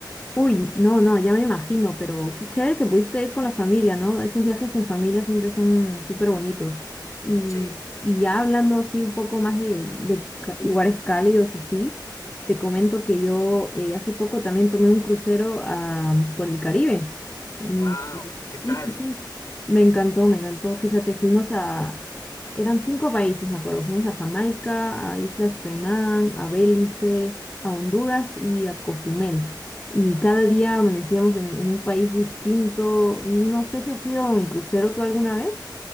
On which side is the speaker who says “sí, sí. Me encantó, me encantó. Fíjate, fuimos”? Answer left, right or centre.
Left